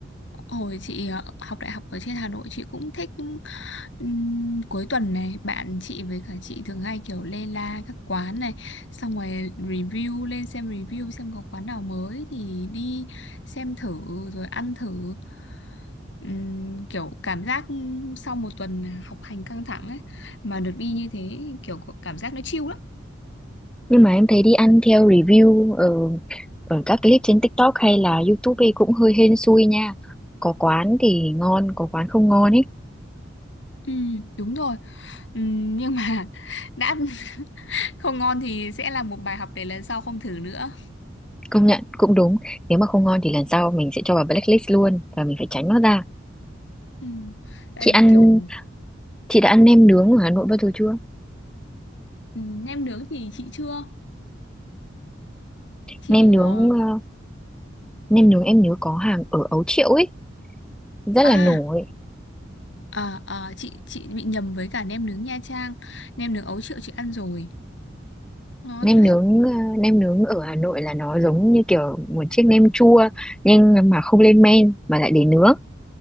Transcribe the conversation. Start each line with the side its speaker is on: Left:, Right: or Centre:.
Left: Hồi chị ờ, học đại học ở trên Hà Nội chị cũng thích ừm, cuối tuần này bạn chị với cả chị thường hay kiểu lê la các quán này xong rồi review lên xem review xem có quán nào mới thì đi xem thử rồi ăn thử Ừm, kiểu cảm giác sau một tuần học hành căng thẳng ấy mà được đi như thế kiểu có cảm giác nó chill lắm
Centre: Nhưng mà em thấy đi ăn theo review ở ở các clip trên TikTok hay là YouTube ấy cũng hơi hên xui nha. Có quán thì ngon, có quán không ngon ấy.
Left: Ừ, đúng rồi Ừm, nhưng mà <laughs> đã <laughs> không ngon thì sẽ là một bài học để lần sau không thử nữa
Centre: Công nhận cũng đúng, nếu mà không ngon thì lần sau mình sẽ cho vào blacklist luôn và mình phải tránh nó ra.
Left: Ừ. Tại
Centre: Chị ăn
Left: vì kiểu
Centre: Chị đã ăn nem nướng ở Hà Nội bao giờ chưa?
Left: ừ, nem nướng thì chị chưa chị
Centre: Nem nướng
Left: ờ,
Centre: ờ, nem nướng em nhớ có hàng ở Ấu Triệu ấy, rất
Left: à,
Centre: là nổi.
Left: à, à chị chị bị nhầm với cả nem nướng Nha Trang nem nướng Ấu Triệu chị ăn rồi ngon
Centre: Nem
Left: phết
Centre: nướng ờ, nem nướng ở Hà Nội là nó giống như kiểu một chiếc nem chua nhưng mà không lên men mà lại để nướng.